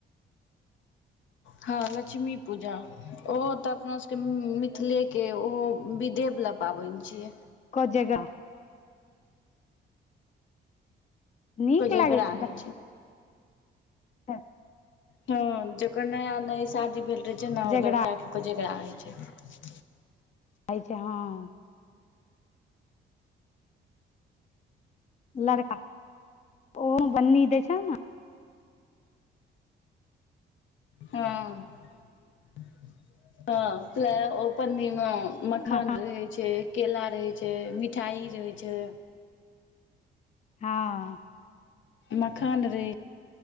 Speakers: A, on the left; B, on the left.
A: हँ लक्ष्मी पूजा ओहो तऽ अपना सभके मिथिलेके ओहो विधे वला पाबनि छियै
B: <unintelligible> नीक
A: कोजगरा
B: लागै छै
A: होइ
B: <unintelligible>
A: हँ जकर नया नया शादी भेल रहै छै
B: कोजगरा
A: नऽ ओ लड़का के कोजगड़रा होइत छै
B: <unintelligible> छै हँ लड़का ओहो बन्नी देै छै नऽ
A: हँ <unintelligible> मखान
B: मकान
A: रहै छै केला रहै छै मिठाइ रहै छै
B: हँ
A: मखान रहै